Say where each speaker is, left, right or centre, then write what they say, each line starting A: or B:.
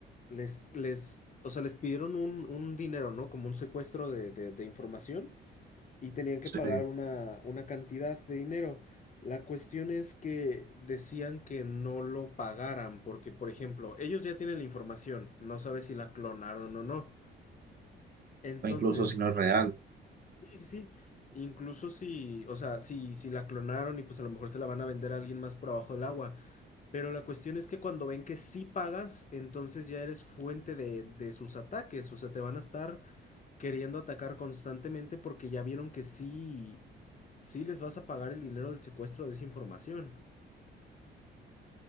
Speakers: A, on the left; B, on the right.
A: les, les, o sea, les pidieron un, un dinero, ¿no? Como un secuestro de, de de información. y tenían que
B: sí,
A: pagar una, una cantidad de dinero. La cuestión es que decían que no lo pagaran porque, por ejemplo, ellos ya tienen la información, no sabe si la clonaron o no. Entonces,
B: o incluso si no es real.
A: sí, sí, sí, incluso si, o sea, si, si la clonaron y pues a lo mejor se la van a vender a alguien más por abajo del agua. Pero la cuestión es que cuando ven que sí pagas, entonces ya eres fuente de, de sus ataques, o sea, te van a estar queriendo atacar constantemente porque ya vieron que sí sí les vas a pagar el dinero del secuestro de esa información.